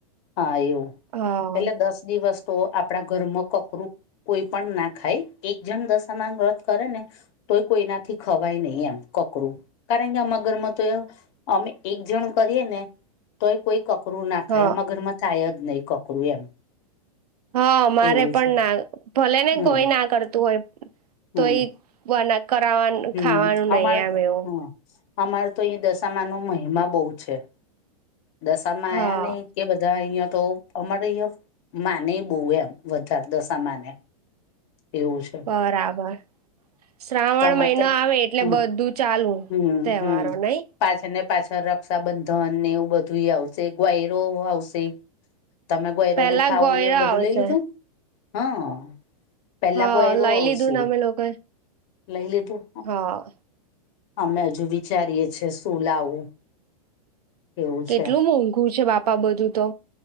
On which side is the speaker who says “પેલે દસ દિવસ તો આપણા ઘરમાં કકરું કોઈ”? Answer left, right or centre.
Left